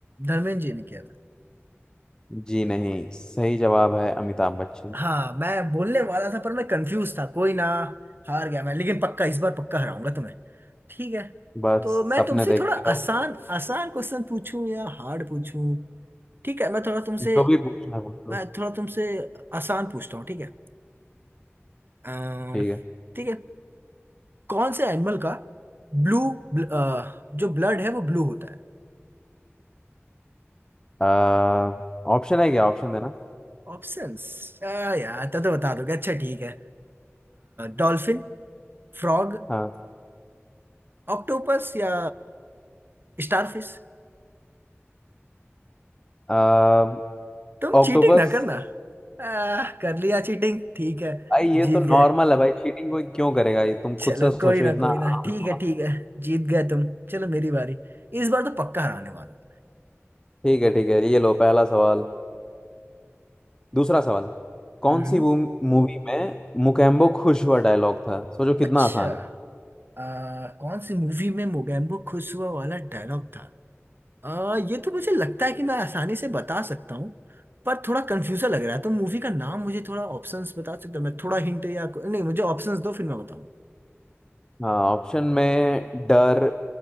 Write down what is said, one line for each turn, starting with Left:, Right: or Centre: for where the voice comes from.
Right: धर्मेंद्र जी ने किया था
Left: जी नहीं सही जवाब है अमिताभ बच्चन
Right: हाँ मैं बोलने वाला था पर मैं कंफ्यूज था कोई ना हार गया मैं लेकिन पक्का इस बार पक्का हराऊंगा तुम्हें ठीक है
Left: बस
Right: तो मैं
Left: सपने
Right: तुमसे
Left: देखते
Right: थोड़ा
Left: रहो
Right: आसान आसान क्वेश्चन पूछूं या हार्ड पूछूं ठीक है मैं थोड़ा तुमसे
Left: जो भी पूछना है पूछ लो
Right: मैं थोड़ा तुमसे आसान पूछता हूँ ठीक है अम्म,
Left: ठीक है
Right: ठीक है कौन से एनिमल का ब्लू जो ब्लड है वो ब्लू होता है
Left: आ, ऑप्शन है क्या ऑप्शन देना
Right: ऑप्शंस यार तब तो बता दोगे अच्छा ठीक है डॉल्फिन फ्रॉग
Left: हाँ
Right: ऑक्टोपस या स्टारफिश
Left: आ,
Right: तुम
Left: ऑक्टोपस
Right: चीटिंग ना करना आ, कर लिया चीटिंग ठीक है
Left: भाई ये
Right: जीत
Left: तो
Right: गए
Left: नॉर्मल है भाई चीटिंग कोई क्यों करेगा ये तुम
Right: चलो
Left: खुद से सोचो
Right: कोई ना
Left: इतना
Right: कोई
Left: आम
Right: ना ठीक
Left: सवाल।
Right: है ठीक है जीत गए तुम चलो मेरी बारी इस बार तो पक्का हराने वाला
Left: ठीक है ठीक है ये लो पहला सवाल दूसरा सवाल कौन
Right: हूँ। हम्म
Left: सी मूवी में मुकेम्बो खुश हुआ डायलॉग था सोचो
Right: अच्छा
Left: कितना आसान है
Right: आ, कौन सी मूवी में मोगैम्बो खुश हुआ वाला डायलॉग था आ, ये तो मुझे लगता है कि मैं आसानी से बता सकता हूँ पर थोड़ा कंफ्यूजन लग रहा है तो मूवी का नाम मुझे थोड़ा ऑप्शंस बता सकते हो मैं थोड़ा हिंट या नहीं मुझे ऑप्शंस दो फिर मैं बताऊँ
Left: हाँ ऑप्शन में डर